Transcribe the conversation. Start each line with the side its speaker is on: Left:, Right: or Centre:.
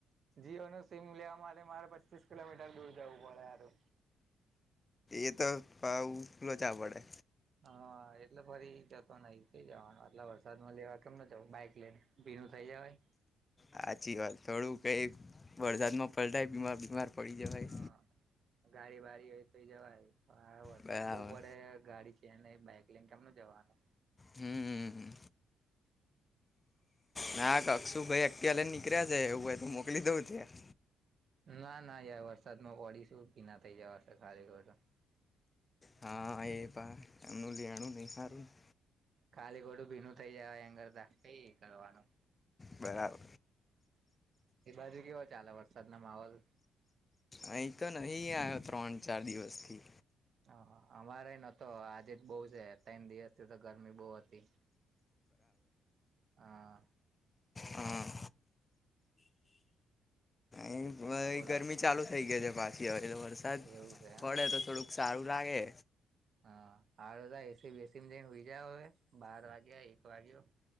Right: જીઓ ન લેવા માટે મારે પચીસ કિલોમીટર દૂર જવું પડે હારુ
Left: એ તો લોચા પડે
Right: હા એટલે ફરી જતો નઈ કઈ જવાનું આટલા વરસાદમાં લેવા કેમ ન જવું બાઈક લઈને ભીણું થઈ જે હોય
Left: હાચી વાત. થોડુંક એ વરસાદમાં પલટાય બીમાર બીમાર પડી જવાય.
Right: હા ગાડી બાડી હોય તો જવાય, આ વરસાદ
Left: બરાબર
Right: બહુ પડે ગાડી છે નહીં બાઈક પ્રિયંક કેમનું જવાનું?
Left: હમ ના ક અક્ષુભાઈ અત્યારે નીકળ્યા છે, એવું હોઈ તો મોકલી દઉં ત્યાં.
Right: ના ના યાર વરસાદમાં પડીશું ભીના થઇ જવાશે ખાલીખોટા
Left: હા એ પણ એમનું લેણું નહીં સારું ને
Right: ખાલી ખોટું ભીનું થઇ જવાય એન કરતાં નહીં કરવાનું.
Left: બરાબર
Right: એ બાજુ કેવો ચાલે વરસાદનો માહોલ?
Left: અહીં ક નહીં આયો ત્રણ ચાર દિવસથી.
Right: હહ અમારે એ નતો આજે તો બહુ છે તન દિવસથી તો ગરમી બહુ હતી. હા
Left: હહ એમ
Right: બોલો
Left: ગરમી ચાલુ થઈ ગઈ છે પાછી હવે તો વરસાદ
Right: એવું છે
Left: પડે તો થોડુંક સારું. લાગે
Right: હહ સારું જા એસી-બેસીમાં જ‌ઇને હુઈ જાવ હવે બાર વાગ્યા એક વાગ્યો.